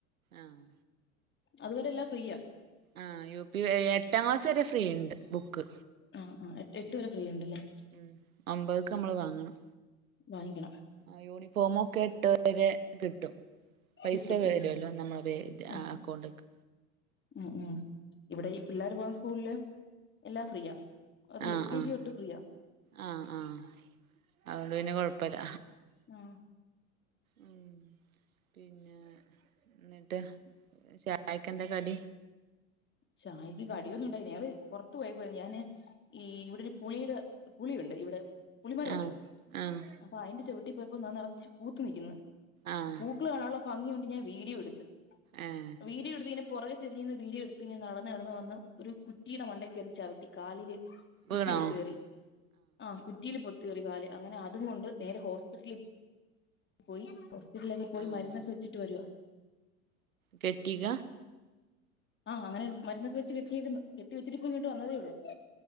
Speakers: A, on the right; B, on the left.
A: ആഹ്.
B: അതുവരെ എല്ലാം ഫ്രീയാ.
A: ആഹ് യു പി എ എട്ടാം ക്ലാസ് വരെ ഫ്രീ ഇണ്ട് ബുക്ക്.
B: ആഹ് ആഹ് എ എട്ട് വരെ ഫ്രീ ഇണ്ട്ല്ലേ?
A: ഉം ഒമ്പത്ക്ക് നമ്മള് വാങ്ങണം.
B: വാങ്ങിക്കണം
A: ആഹ് യൂണിഫോം ഒക്കെ എട്ട് വരെ കിട്ടും. പൈസ
B: കിട്ടും
A: വരുല്ലോ
B: ഉം
A: നമ്മള് വെ
B: ആ
A: ആഹ് അക്കൗണ്ട്ക്ക്.
B: ഉം ഉം ഇവടെ ഈ പിള്ളേർ പോകുന്ന സ്കൂളില് എല്ലാം ഫ്രീയാ. അത്
A: ആഹ്
B: എൽ കെ
A: ആഹ്
B: ജി തൊട്ട് ഫ്രീയാ.
A: ആഹ് ആഹ് അതോണ്ട് പിന്നെ കൊഴപ്പല്ല.
B: ആ
A: ഉം പിൻ ഏഹ് ന്നട്ട് ചായക്ക് എന്താ കടി?
B: ചായയ്ക്ക് കടിയൊന്നും ഇണ്ടായില്ല അഹ് പൊറത്ത് പോയേക്കുവായിരുന്നു ഞാന് ഈ ഇവടെ ഒരു പുളിയുടെ പുളിയുണ്ട് ഇവടെ പുളിമരം ഉണ്ട്
A: ആഹ് ആഹ്
B: അപ്പ അയിന്റെ ചോട്ടി പോയപ്പോ ന നറച്ച് പൂത്ത് നിൽക്കുന്ന്.
A: ആഹ്
B: പൂ ക്കള് കാണാനുള്ള ഭംഗി കൊണ്ട് ഞാൻ വീഡിയോ എടുത്ത്.
A: ഏഹ്
B: വീഡിയോ എടുത്തേന്റെ പൊറകെ തിരിഞ്ഞ്ന്ന് വീഡിയോ എട് പിന്നെ നടന്ന് നടന്ന് വന്ന് ഒരു കുറ്റിയുടെ മണ്ടേക്കേറി ചവിട്ടി കാലില് കുറ്റി
A: വീണോ
B: ഒത്ത് കേറി ആഹ് കുറ്റിയില് പൊ റ്റ് കേറി കാല് അങ്ങനെ അതും കൊണ്ട് നേരെ ഹോസ്പിറ്റലിൽ പോയി ഹോസ് പിറ്റലേക്ക് പോയി
A: ആഹ്
B: മരുന്ന് സുച്ചിട്ട് വരുവാ.
A: കെട്ടിക?
B: ആഹ് അങ്ങനെ മരുന്നൊക്കെ വെച്ച് കെട്ടിയിരുന്നു കെട്ടി വെച്ചിട്ട് ഇങ്ങോട്ട് വന്നതേ ഉള്ളൂ.